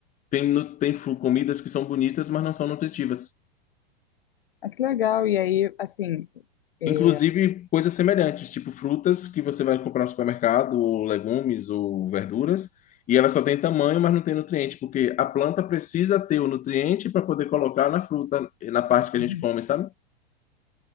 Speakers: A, on the left; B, on the left.
A: tem, nu- tem fu- comidas que são bonitas, mas não são nutritivas.
B: Ah, que legal. E aí, assim, é,
A: Inclusive coisas semelhantes, tipo frutas que você vai comprar no supermercado, ou legumes, ou verduras, e ela só tem tamanho, mas não tem nutriente, porque a planta precisa ter o nutriente para poder colocar na fruta, na parte que
B: uhum.
A: a gente come, sabe?